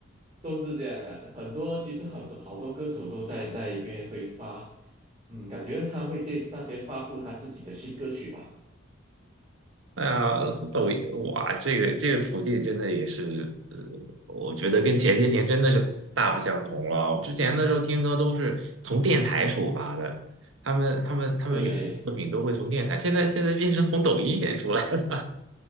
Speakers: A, on the right; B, on the right.
A: 都是这样的。很多其实很多好多歌手都在那一边会发，嗯，感觉他会在那边发布他自己的新歌曲吧。
B: 哎呀，从抖音哇，这个这个途径真的也是，呃，我觉得跟前些年真的是大不相同了。
A: 嗯，
B: 之前的时候听歌都是从电台首发的，他们他们他们有作品都会从电台，
A: 对
B: 现在现在变成从抖音先出来了。<laughs>